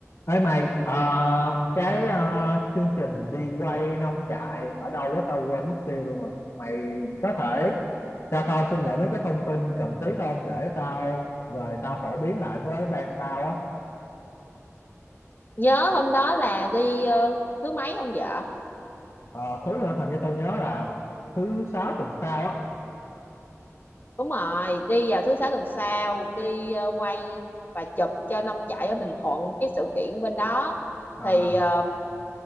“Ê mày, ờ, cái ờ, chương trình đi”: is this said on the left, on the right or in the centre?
Left